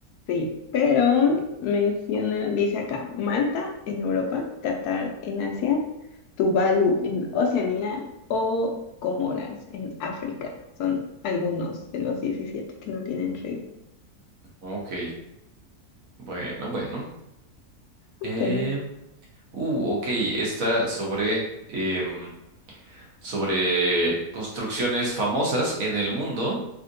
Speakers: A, on the left; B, on the right.
A: sí, pero menciona, dice acá, Malta en Europa, Qatar en Asia, Tuvalu en Oceanía o Comoras en África. Son algunos de los 17 que no tienen río.
B: Ok, bueno, bueno.
A: Ok.
B: Em, uh, ok, esta sobre, em, sobre construcciones famosas en el mundo.